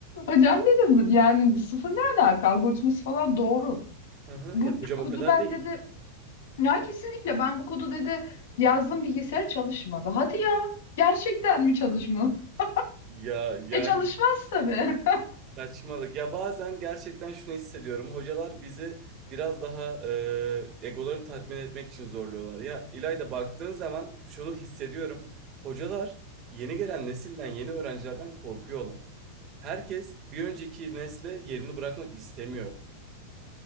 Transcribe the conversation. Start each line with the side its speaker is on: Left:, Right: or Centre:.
Left: Hocam dedim yani sıfır ne alaka? Algoritması falan doğru.
Right: Hı hı
Left: Bu
Right: ya hocam
Left: kodu
Right: o kadar
Left: ben
Right: değil.
Left: dedi ya kesinlikle ben bu kodu dedi yazdım bilgisayar çalışmadı. Hadi ya gerçekten mi çalışmadı? <laughs>
Right: Ya yani
Left: E çalışmaz tabii.
Right: saçmalık. Ya bazen gerçekten şunu hissediyorum. Hocalar bizi biraz daha e, egolarını tatmin etmek için zorluyorlar. Ya İlayda baktığın zaman şunu hissediyorum. Hocalar yeni gelen nesilden, yeni öğrencilerden korkuyorlar. Herkes bir önceki nesle yerini bırakmak istemiyor.